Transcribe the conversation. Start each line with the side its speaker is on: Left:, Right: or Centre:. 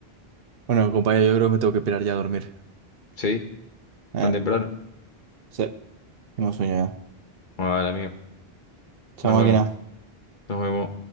Right: Bueno, compañero, yo creo que me tengo que pirar ya a dormir.
Left: ¿Sí?
Right: Eh,
Left: ¿Tan temprano?
Right: sí, tengo sueño ya.
Left: Bueno, vale, amigo.
Right: Chao,
Left: Nos
Right: máquina.
Left: vemos, nos vemos.